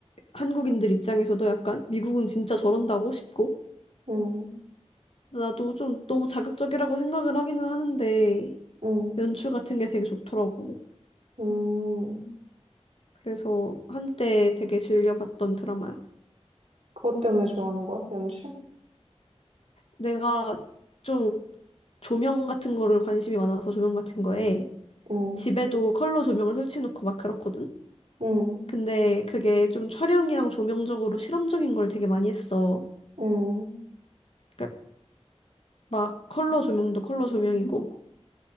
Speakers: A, on the left; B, on the right.
A: 한국인들 입장에서도 약간 미국은 진짜 저런다고 싶고
B: 음,
A: 나도 좀 너무 자극적이라고 생각을 하기는 하는데
B: 음,
A: 연출 같은 게 되게 좋더라고.
B: 음.
A: 그래서 한때 되게 즐겨봤던 드라마야.
B: 그것 때문에 좋아하는 거야? 연출?
A: 내가 좀 조명 같은 거를 관심이 많아서 조명 같은 거에
B: 음,
A: 집에도 컬러 조명을 설치해놓고 막 그렇거든.
B: 음.
A: 근데 그게 좀 촬영이랑 조명적으로 실험적인 걸 되게 많이 했어.
B: 음,
A: 그러니까 막 컬러 조명도 컬러 조명이고